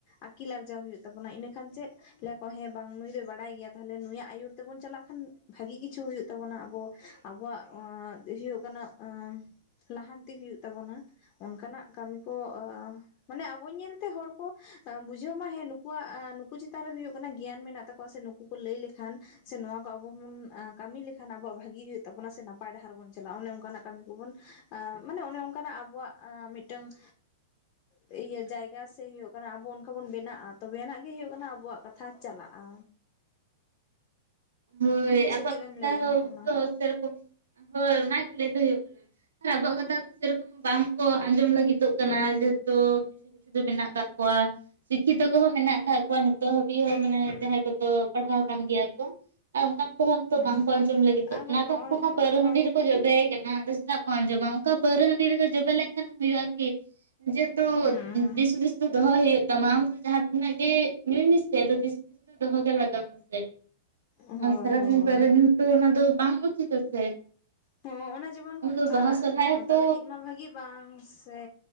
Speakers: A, on the left; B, on the right.
A: ᱟᱹᱠᱤᱞ ᱟᱨᱡᱟᱣ ᱦᱩᱭᱩᱜ ᱛᱟᱵᱚᱱᱟ ᱤᱱᱟᱹ ᱠᱷᱟᱱ ᱪᱮᱫ ᱞᱟᱹᱭ ᱟᱠᱚ ᱦᱮ ᱵᱟᱝ ᱱᱩᱭ ᱫᱚᱭ ᱵᱟᱲᱟᱭ ᱜᱮᱭᱟ ᱛᱟᱦᱚᱞᱮ ᱱᱩᱭᱟᱜ ᱟᱹᱭᱩᱨ ᱛᱮᱵᱚᱱ ᱪᱟᱞᱟᱜ ᱠᱷᱟᱱ ᱵᱷᱟᱜᱤ ᱠᱤᱪᱷᱩ ᱦᱩᱭᱩᱜ ᱛᱟᱵᱚᱱᱟ ᱟᱵᱚ ᱟᱵᱚᱣᱟᱜ ᱦᱩᱭᱩᱜ ᱠᱟᱱᱟ ᱮ ᱞᱟᱦᱟᱱᱛᱤ ᱦᱩᱭᱩᱜ ᱛᱟᱵᱚᱱᱟ ᱚᱱᱠᱟᱱᱟᱜ ᱠᱟᱹᱢᱤ ᱠᱚ ᱢᱟᱱᱮ ᱟᱵᱚ ᱧᱮᱞᱛᱮ ᱦᱚᱲ ᱠᱚ ᱵᱩᱡᱷᱟᱹᱣ ᱢᱟ ᱦᱮᱸ ᱱᱩᱠᱩᱣᱟᱜ ᱱᱩᱠᱩ ᱪᱮᱛᱟᱱ ᱨᱮ ᱦᱩᱭᱩᱜ ᱠᱟᱱᱟ ᱜᱮᱭᱟᱱ ᱢᱮᱱᱟᱜ ᱛᱟᱠᱚᱣᱟ ᱥᱮ ᱱᱩᱠᱩ ᱠᱚ ᱞᱟᱹᱭ ᱞᱮᱠᱷᱟᱱ ᱥᱮ ᱱᱚᱣᱟ ᱠᱚ ᱟᱵᱚ ᱵᱚᱱ ᱠᱟᱹᱢᱤ ᱞᱮᱠᱷᱟᱱ ᱟᱵᱚᱣᱟᱜ ᱵᱷᱟᱜᱤ ᱦᱩᱭᱩᱜ ᱛᱟᱵᱚᱱᱟ ᱥᱮ ᱱᱟᱯ ᱯᱟᱭ ᱰᱟᱦᱟᱨ ᱵᱚᱱ ᱪᱟᱞᱟᱜᱼᱟ ᱚᱱᱮ ᱚᱱᱠᱟᱱᱟᱜ ᱠᱟᱹᱢᱤ ᱠᱚᱵᱚᱱ ᱢᱟᱱᱮ ᱚᱱᱮ ᱚᱱᱠᱟᱱᱟᱜ ᱟᱵᱚᱣᱟᱜ ᱢᱤᱫᱴᱟᱝ ᱤᱭᱟᱹ ᱡᱟᱭᱜᱟ ᱥᱮ ᱦᱩᱭᱩᱜ ᱠᱟᱱᱟ ᱟᱵᱚ ᱚᱱᱠᱟ ᱵᱚᱱ ᱵᱮᱱᱟᱜᱼᱟ ᱛᱚᱵᱮ ᱱᱟᱜ ᱜᱮ ᱦᱩᱭᱩᱜ ᱠᱟᱱᱟ ᱟᱵᱚᱣᱟᱜ ᱠᱟᱛᱷᱟ ᱠᱟᱛᱷᱟ ᱪᱟᱞᱟᱜᱼᱟ
B: ᱦᱳᱭ
A: ᱥᱮ
B: ᱟᱵᱚᱣᱟᱜ
A: ᱪᱮᱫ ᱮᱢ ᱞᱟᱹᱭᱮᱜᱼᱟ
B: ᱠᱟᱛᱷᱟ ᱦᱚᱸ
A: ᱢᱚᱱᱟ
B: ᱥᱮᱨᱚᱠᱚᱢ ᱦᱳᱭ ᱚᱱᱟᱜ ᱞᱟᱹᱭ ᱫᱚ ᱦᱩᱭᱩᱜ ᱠᱟᱱᱟ ᱟᱵᱚᱣᱟᱜ ᱠᱟᱛᱷᱟ ᱛᱚ ᱥᱮᱨᱚᱠᱚᱢ ᱵᱟᱝᱠᱚ ᱟᱸᱡᱚᱢ ᱞᱟᱹᱜᱤᱫᱚᱜ ᱠᱟᱱᱟ ᱡᱮᱦᱮᱛᱩ ᱠᱤᱪᱷᱩ ᱠᱤᱪᱷᱩ ᱫᱚ ᱢᱮᱱᱟᱜ ᱠᱟᱜ ᱠᱚᱣᱟ ᱥᱤᱠᱠᱷᱤᱛᱚ ᱠᱚᱦᱚᱸ ᱢᱮᱱᱟᱜ ᱟᱠᱟᱫ ᱠᱚᱣᱟ ᱱᱤᱛᱚᱜ ᱦᱟᱹᱵᱤᱡ ᱦᱚᱸ ᱢᱟᱱᱮ ᱡᱟᱦᱟᱸᱭ ᱠᱚᱫᱚ ᱯᱟᱲᱦᱟᱣ ᱟᱠᱟᱱ ᱜᱮᱭᱟ ᱠᱚ ᱟᱨ ᱚᱱᱠᱟᱱ ᱩᱱᱠᱩ ᱛᱚ
A: ᱦᱩᱸ
B: ᱵᱟᱝᱠᱚ ᱟᱸᱡᱚᱢ ᱞᱟᱹᱜᱤᱫᱚᱜ
A: ᱟᱫᱚ
B: ᱚᱱᱟ
A: ᱱᱚᱜᱼᱚᱭ
B: ᱫᱚ ᱩᱱᱠᱩ ᱢᱟ ᱯᱟᱹᱨ
A: ᱦᱳᱭ
B: ᱦᱟᱺᱰᱤ ᱨᱮᱠᱚ ᱡᱚᱵᱮ ᱫᱚ ᱪᱮᱫᱟᱜ ᱠᱚ ᱟᱸᱡᱚᱢᱟ ᱚᱱᱠᱟ ᱯᱟᱹᱣᱨᱟᱹᱺᱰᱤ ᱨᱮᱜᱮ ᱡᱚᱵᱮ ᱞᱮᱱᱠᱷᱟᱱ ᱦᱩᱭᱩᱜᱼᱟ ᱠᱤ ᱡᱮᱦᱩᱛᱩ
A: ᱦᱩᱸ
B: ᱫᱤᱥ ᱦᱩᱫᱤᱥ ᱫᱚ ᱫᱚᱦᱚᱭ ᱦᱩᱭᱩᱜ ᱛᱟᱢᱟ ᱡᱟᱦᱟᱸ ᱛᱤᱱᱟᱹᱜ ᱜᱮ ᱧᱩᱭ ᱢᱮᱥᱮ ᱟᱫ ᱫᱤᱥ ᱦᱩᱫᱤᱥ ᱫᱚ ᱫᱚᱦᱚᱜᱮ ᱞᱟᱜᱟᱣ ᱢᱮᱥᱮ
A: ᱦᱳᱭ
B: ᱟᱨ ᱥᱟᱨᱟᱫᱤᱱ
A: ᱦᱳᱭ
B: ᱯᱟᱣᱨᱟᱹ ᱦᱚᱛᱚ ᱚᱱᱟ ᱫᱚ ᱵᱟᱝ ᱩᱪᱤᱛ-ᱟ ᱥᱮ
A: ᱦᱮ ᱱᱚᱜ ᱡᱮᱢᱚᱱ
B: ᱟᱵᱚ ᱫᱚ
A: ᱥᱟᱶᱛᱟ
B: ᱵᱟᱦᱟ ᱥᱚᱨᱦᱟᱭ ᱦᱚᱸᱛᱚ
A: ᱞᱟᱹᱜᱤᱫ ᱢᱟ ᱵᱷᱟᱜᱤ ᱵᱟᱝ ᱥᱮ